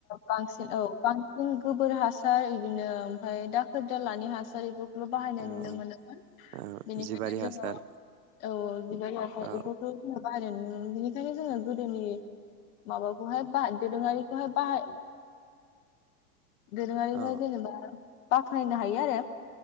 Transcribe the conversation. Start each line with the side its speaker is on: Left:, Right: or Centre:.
Left: बांसिन औ बां उम गोबोर हासार इदिनो ओमफाय दाखोर दालानि हासार एफो ल बाहायनाय
Right: औ
Left: नुनो मोनोमोन
Right: औ
Left: बेनिखायनो
Right: जिबारि
Left: जोङो
Right: हासार
Left: औ बिबार <unintelligible>
Right: औ
Left: जों बाहायनाय नु उम बिनिखायनो जोङो गोदोनि माबाखौहाय बा दोरोङारिखौहाय बाहाय दोरोङारिखौहाय
Right: औ
Left: जेनेबा बाख्नायनो हायो आरो।